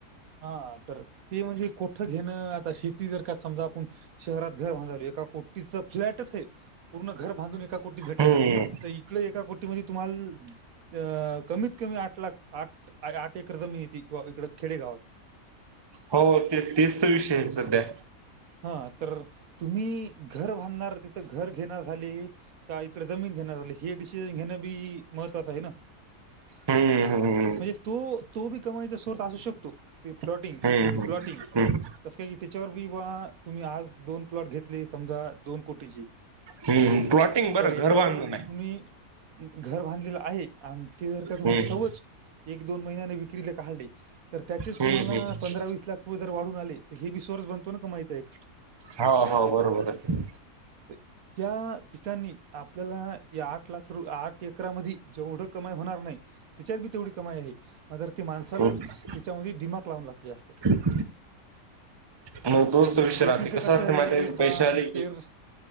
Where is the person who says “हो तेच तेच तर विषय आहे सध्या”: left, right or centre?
Right